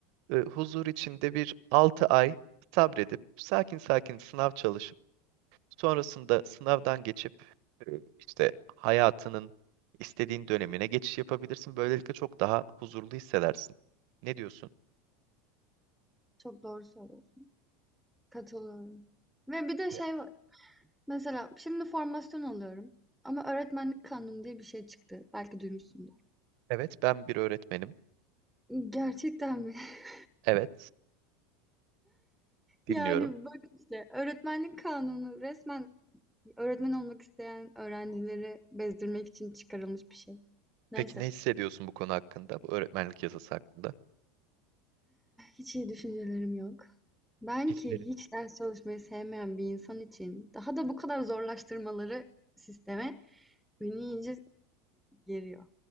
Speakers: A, on the right (about 60°); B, in the centre.
A: e, huzur içinde bir 6 ay sabredip sakin sakin sınav çalışıp sonrasında sınavdan geçip e, işte hayatının istediğin dönemine geçiş yapabilirsin. Böylelikle çok daha huzurlu hissedersin. Ne diyorsun?
B: Çok doğru söylüyorsun. Katılıyorum. Ve bir de
A: Ya,
B: şey var. Mesela şimdi formasyon alıyorum. Ama öğretmenlik kanunu diye bir şey çıktı. Belki duymuşsundur.
A: Evet, ben bir öğretmenim.
B: Gerçekten mi? <laughs>
A: Evet, dinliyorum.
B: Yani bak işte öğretmenlik kanunu resmen öğretmen olmak isteyen öğrencileri bezdirmek için çıkarılmış bir şey. Neyse.
A: Peki ne hissediyorsun bu konu hakkında, bu öğretmenlik yasası hakkında?
B: Hiç iyi düşüncelerim yok. Ben
A: Hislerin.
B: ki hiç ders çalışmayı sevmeyen bir insan için daha da bu kadar zorlaştırmaları sisteme beni iyice geriyor.